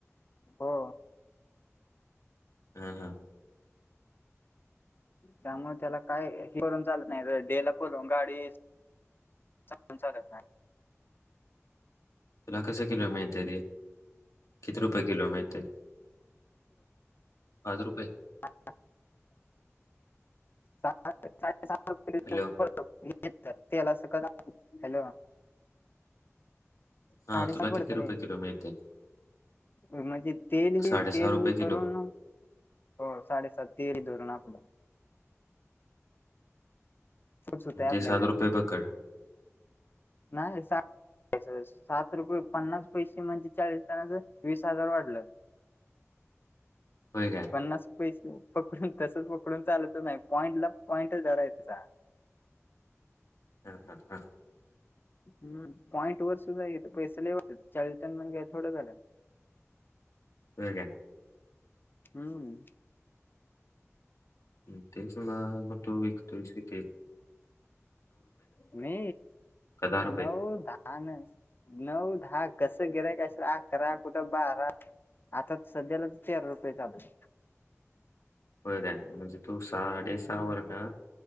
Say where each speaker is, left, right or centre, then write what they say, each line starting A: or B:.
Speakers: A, on the left (about 45°); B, on the left (about 80°).
A: हो
B: हा हा <inaudible>
A: त्यामुळे त्याला काय हे करून चालत नाही डेला बोल गाडी <inaudible>
B: तुला कसं किलो माळत ते किती रुपये किलो माहती पाच रुपये
A: रप सा सात रपये
B: हॅलो
A: तेला असं क हॅलो साडेसहा
B: हा तुला
A: पडत
B: किती
A: रे
B: रुपये किलो मिळते
A: म्हणजे तेल हे
B: साडेसहा
A: तेल
B: रुपये
A: हे करून
B: किलो
A: ना हो साडेसात तेरी धरून आपलं सुट सुट
B: म्हणजे
A: आहे आपल्या
B: सात
A: घरी
B: रुपये पकड
A: नाही सात रुपये पन्नास पैसे म्हणजे चाळीसतानाच वीस हजार वाढलं
B: हो काय
A: पन्नास पैसे पकडून तसच पकडून चालतच नाही पॉईंट ला पॉईंटच जवरा तसा
B: हं हं हं
A: हम पॉईंट वर सुद्धा यथ पैसे ललेवा चाळीस टन मण घ्या थोडं झालं
B: हो का आहे
A: हम्म
B: अत्यच म व
A: म
B: का दहा रुपये
A: नऊ दहा ान नऊ दहा कसं गेराय का असल अकरा कुठं बारा आता सध्यालाच तेरा रुपये चालूत
B: व द्या म्हणजे तू सहा अडे
A: आहे.
B: सहा वर ना